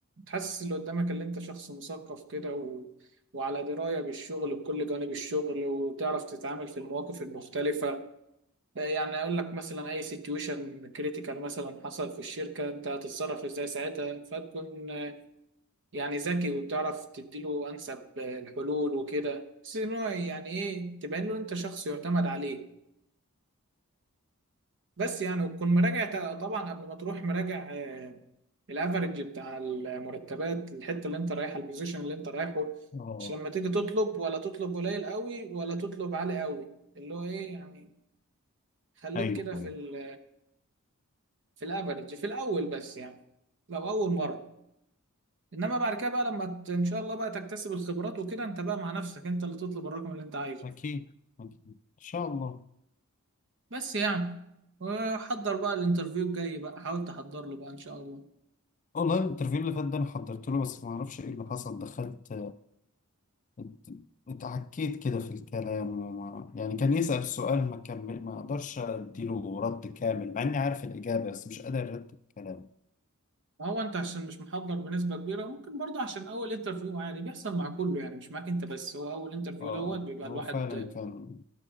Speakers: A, on the right (about 55°); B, on the left (about 35°).
A: تحسس اللي قدامك اللي انت شخص مثقف كده و... وعلى دراية بالشغل بكل جوانب الشغل وتعرف تتعامل في المواقف المختلفة يعني اقول لك مثلا اي سيتويشن كريتيكال مثلا حصل في الشركه انت هتتصرف ازاي ساعتها فتكون آه، يعني ذكي وتعرف تديله انسب آه، الحلول وكده بس ان هو يعني ايه تبين له انت شخص يعتمد عليه بس يعني وتكون مراجع ت- طبعا قبل ما تروح مراجع الافرج بتاع المرتبات الحته اللي انت رايحها البوزيشن اللي انت رايحه
B: اه
A: مش لما تيجي تطلب ولا تطلب قليل قوي ولا تطلب عالي قوي اللي هو ايه يعني خليك
B: ايوه
A: كده
B: أيوة.
A: في ال في الافرج في الاول بس يعني لو اول مره انما بعد كده بقى لما ت- ان شاء الله بقى تكتسب الخبرات وكده انت بقى مع نفسك انت اللي تطلب الرقم اللي انت عايزه
B: اكيد اكيد ان شاء الله
A: بس يعني وحضر بقى الانترفيو الجاي بقى حاول تحضر له بقى ان شاء الله
B: والله الانترفيو اللي فات ده انا حضرت له بس ما اعرفش ايه اللي حصل دخلت ات- اتعكيت كده في الكلام وما يعني كان يسأل سؤال ما كمل ما اقدرش اديله رد كامل مع اني عارف الاجابة بس مش قادر ارد الكلام
A: ما هو انت عشان مش محضر بنسبه كبيره ممكن برضه عشان اول انترفيو عادي بيحصل مع كله يعني مش معاك انت بس هو اول انترفيو
B: اه آه.
A: دوت بيبقى
B: هو
A: الواحد
B: فعلا كان